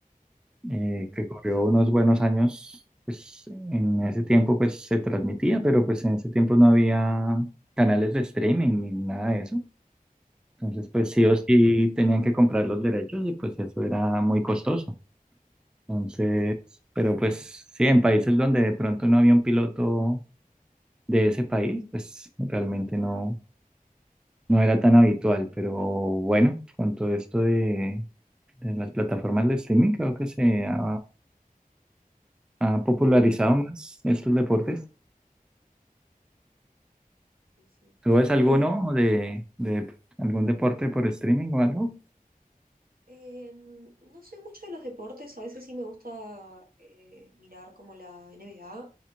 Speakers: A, in the centre; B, on the right (about 80°).
A: eh,
B: ujú,
A: que corrió unos buenos años, pues en ese tiempo pues se transmitía, pero pues en ese tiempo no había canales de streaming ni nada de eso. Entonces, pues sí
B: claro,
A: o sí tenían que comprar los derechos y pues eso era muy costoso. Entonces,
B: claro,
A: pero pues sí, en países donde de pronto no había un piloto de ese país, pues realmente no, no era tan habitual. Pero bueno, con todo esto de, de las plataformas de streaming, creo que se ha, ha popularizado
B: tal,
A: más estos deportes.
B: sí, sí.
A: ¿Tú ves
B: Es
A: alguno
B: que...
A: de, de algún deporte por streaming o algo?
B: Eh, no soy mucho de los deportes, a veces sí me gusta eh, mirar como la N B A